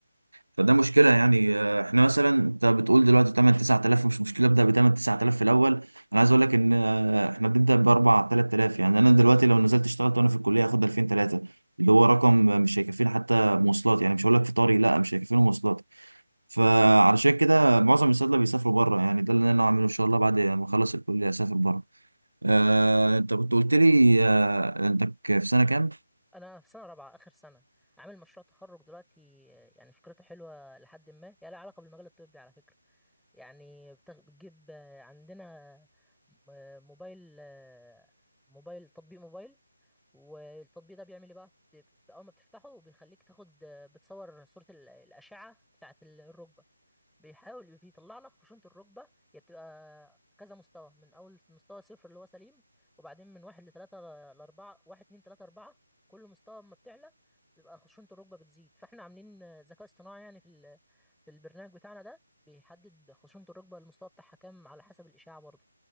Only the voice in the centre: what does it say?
انا في سنه رابعه اخر سنه عامل مشروع تخرج دلوقتي يعني فكرته حلوه لحد ما يعني لها علاقه بالمجال الطبي على فكره يعني بتغ- بتجيب آه، عندنا م- موبايل آه، موبايل تطبيق موبايل والتطبيق ده بيعمل ايه بقى بت- اول ما بتفتحه بيخليك تاخد بتصور صوره ال- الاشعه بتاعه الركبه بيحاول بيطلع لك خشونة الركبة هي بتبقى كذا مستوى من أول مستوى صفر اللي هو سليم وبعدين من واحد لتلاتة لأربعة واحد اتنين تلاتة أربعة كل مستوى أما بتعلى بتبقى خشونة الركبة بتزيد فاحنا عاملين آه، ذكاء اصطناعي يعني في ال- في البرنامج بتاعنا ده بيحدد خشونة الركبة المستوى بتاعها كام على حسب الإشاعة برضه